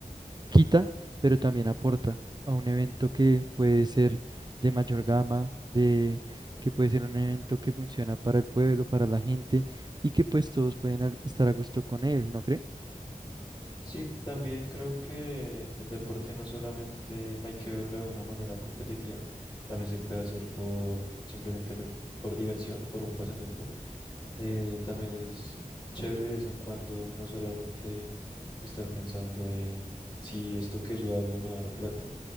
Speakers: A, on the right (about 30°); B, on the left (about 35°).
A: quita, pero también aporta a un evento que puede ser de mayor gama, de que puede ser un evento que funciona para el pueblo, para la gente y que pues todos pueden a- estar a gusto con él, ¿no cree?
B: Sí, también creo que el deporte no solamente hay que verlo de una manera competitiva, también se puede hacer por simplemente met- por diversión, por un pasatiempo. Eh, también es chévere de vez en cuando no solamente estar pensando en si esto que yo hago me va a dar plata,